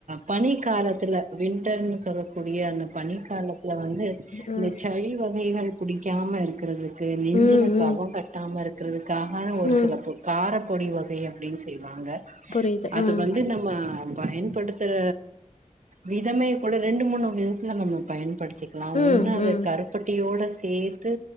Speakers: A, on the right; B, on the left.
A: பனி காலத்துல வின்டர்னு சொல்லக்கூடிய அந்த பனி காலத்துல வந்து
B: வந்து
A: இந்த சளி வகைகள் புடிக்காம இருக்கிறதுக்கு நெஞ்சில
B: ம் ம்
A: கவொ கட்டாம இருக் கிறதுக்காக ஒரு
B: ம்
A: சில காரப்பொடி வகை அப்டின் செய்வாங்க
B: புரியுது
A: அது
B: ம்
A: வந்து நம்ம பயன்படுத்துற விதமே கூட ரெண்டு மூணு விதத்துல நம்ம பயன்படுத்திக்கலாம்
B: ம்
A: ஒன்னு அத
B: ம்
A: கரு பட்டியோட சேத்து